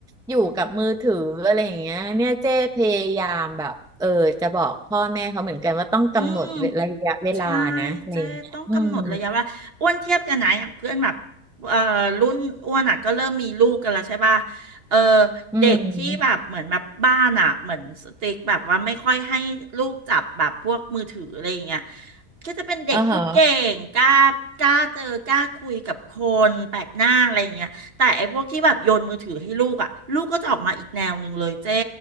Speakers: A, in the centre; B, on the right.
A: อยู่กับมือถืออะไรอย่างเงี้ยเนี่ยเจ๊พยายามแบบเออจะบอกพ่อแม่เขาเหมือนกันว่าต้องกำหนดระยะเวลานะอะไรอย่างเงี้ยอืม
B: อืม ใช่เจ๊ต้องกำหนดระยะเวลาอ้วนเทียบกันนะอย่างเพื่อนแบบเอ่อรุ่นอ้วนอ่ะก็เริ่มมีลูกกันแล้วใช่ป่ะเออ
A: อืม
B: เด็กที่แบบเหมือนแบบบ้านอ่ะเหมือนสติ๊กแบบว่าไม่ค่อยให้ลูกจับแบบพวกมือถืออะไรอย่างเงี้ยก็จะเป็นเด็กพูดเก่งกล้า
A: อ่าฮะ
B: กล้าเจอกล้าคุยกับคนแปลกหน้าอะไรอย่างเงี้ยแต่ไอ้พวกที่แบบโยนมือถือให้ลูกอ่ะลูกก็จะออกมาอีกแนวหนึ่งเลยเจ๊